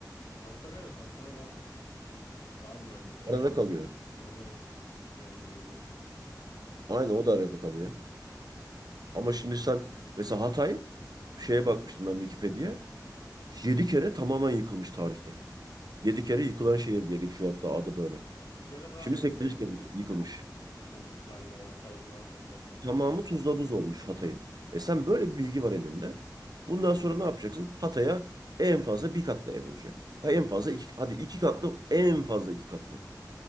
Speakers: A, on the left; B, on the right.
A: Ankara evet Ankara daha şey daha güvenli. Konya
B: Arada
A: mesela.
B: kalıyor.
A: Konya da çok güvenli diyebiliyorum.
B: Aynı o da arada kalıyor. Ama şimdi sen mesela Hatay şeye bakmıştım ben Wikipedia'ya. 7 kere tamamen yıkılmış tarihte. 7 kere yıkılan şehir diye geçiyor hatta adı böyle.
A: Bir kere daha
B: Şimdi
A: evet
B: 8. kere
A: çok eskiden
B: yıkılmış.
A: olmuş galiba o Hatay civarında bir deprem. Çok
B: Tamamı
A: eski.
B: tuzla buz olmuş Hatay'ın. E sen böyle bir bilgi var elinde. Bundan sonra ne yapacaksın? Hatay'a en fazla bir katlı ev olacak. Ha en fazla
A: <laughs>
B: iki, hadi iki katlı en fazla iki katlı.